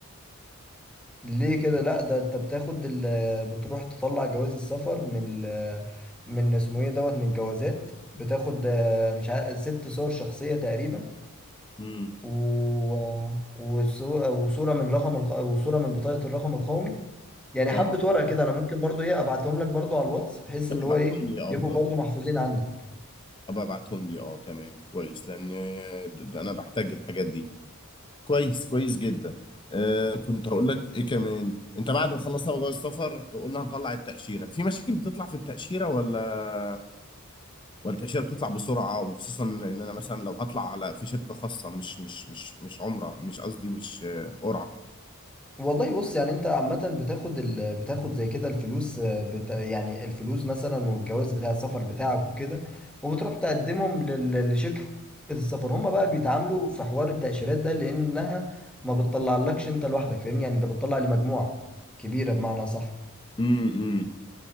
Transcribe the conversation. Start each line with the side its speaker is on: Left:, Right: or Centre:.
Centre: ليه كده لا ده انت بتاخد ال... بتروح تطلع جواز السفر من ال... من اسمه ايه دوت من الجوازات بتاخد آه، مش عارف ست صور شخصيه تقريبا
Left: امم
Centre: و... وصو- وصوره من رقم الق... وصوره من بطاقه الرقم القومي يعني
Left: اه
Centre: حبه ورقه كده انا ممكن برضو ايه ابعتهم لك برضو على الواتس بحيث
Left: طب
Centre: اللي
Left: ابعتهم
Centre: هو ايه
Left: لي آه،
Centre: يبقوا
Left: افضل
Centre: برضو
Left: اه
Centre: محفوظين عندك
Left: ابقى ابعتهم لي اه تمام كويس لان آه، ده- ده انا بحتاج الحاجات دي كويس كويس جدا آه كنت هقول لك ايه كمان انت بعد ما خلصنا جواز السفر قلنا هنطلع التاشيره في مشاكل بتطلع في التاشيره ولا والتأشيرة بتطلع بسرعة وخصوصا إن أنا مثلا لو هطلع على في شركة خاصة مش مش مش مش عمرة مش قصدي مش آه، قرعة
Centre: والله بص يعني انت عامة بتاخد ال... بتاخد زي كده الفلوس آه، بتا... يعني الفلوس مثلا والجواز بتاع السفر بتاعك وكده وبتروح تقدمهم لل... لشركة السفر هم بقى بيتعاملوا في حوار التأشيرات ده لأنها ما بتطلعلكش انت لوحدك فاهمني يعني انت بتطلع لمجموعة كبيرة بمعنى صح
Left: امم